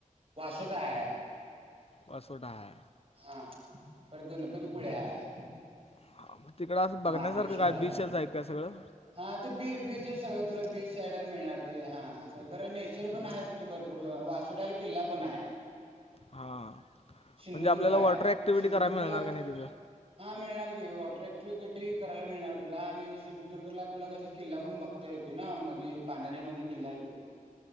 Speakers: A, on the right (about 45°); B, on the left (about 45°).
A: वासोटाय
B: वसोटा आहे
A: ह परत गणपतीपुळे आहे.
B: हा, मग तिकडं असं बघण्यासारखं
A: मारलेश्वर
B: काय
A: आहे
B: बीचच आहेत का सगळं
A: हा ते बी बीच आहे सगळं तुला बीच साईडच मिळणार ते हा असं खरं नेचर पण आहे तिथे भरपूर वासुडाला किल्ला पण आहे
B: हा म्हणजे
A: सिंधुदुर्ग
B: आपल्याला
A: आहे
B: वॉटर ऍक्टिव्हिटी
A: सिंधुदुर्ग
B: करायला मिळणार
A: ला
B: का नाही तिथं
A: हा मिळणार <unintelligible> टी करायला मिळणार तुला आणि सिंधुदुर्गला तुला कस किल्ला पण बघता येते ना मध्ये पाण्या किल्ला येतो